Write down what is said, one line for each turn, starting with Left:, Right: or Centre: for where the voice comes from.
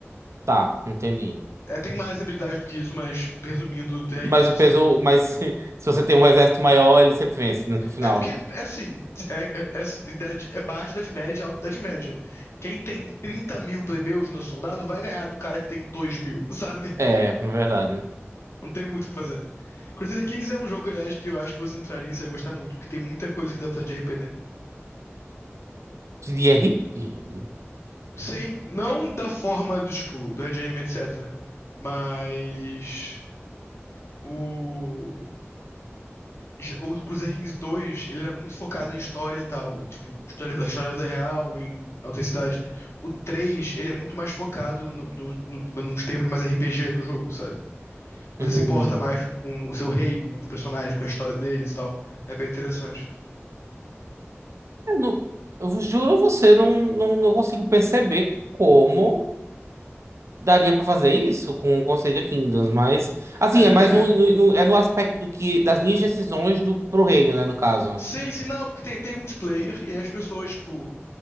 Right: Tá, entendi.
Left: É, tem mais habilidade do que isso, mas resumindo, é
Right: Mas
Left: isso,
Right: o peso,
Left: sabe?
Right: mas <laughs> se você tem um exército maior, ele sempre vence né, no final.
Left: É porque, é assim, é, é, é, idade- é baixa idade média, alta idade média. Quem tem trinta mil plebeus no soldado vai ganhar do cara que tem dois mil, <laughs> sabe?
Right: É, é verdade.
Left: Não tem muito o que fazer. Crusader Kings é um jogo, aliás, que eu acho que você entraria e você ia gostar muito, porque tem muita coisa que dá pra fazer de RP nele.
Right: De RP.
Left: Sim, não da forma do, tipo, do Red Em, etc. Mas o... já- o Crusader Kings dois ele era muito focado em história e tal, tipo, história, a história da vida real, em autenticidade. O 3 ele é muito mais focado no, no, no- nos termos mais RPG do jogo, sabe?
Right: Hum.
Left: Você se importa mais com o seu rei, com os personagens, com a história deles e tal. É bem interessante.
Right: Eu, não, eu juro a você, não, não, não consigo perceber como daria pra fazer isso com o Conselho de Kingdoms, mas assim,
Left: É,
Right: é mais um, no, no- é no aspecto do que das minhas decisões do pro reino, né, no caso.
Left: Sim, sim, não, porque tem, tem multiplayer e as pessoas, tipo,